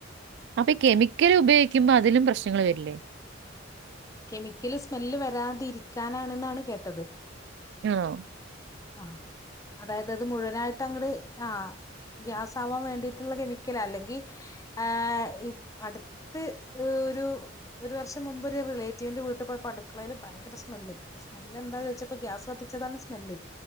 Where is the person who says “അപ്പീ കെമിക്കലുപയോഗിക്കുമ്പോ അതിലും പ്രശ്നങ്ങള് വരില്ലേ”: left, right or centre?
Right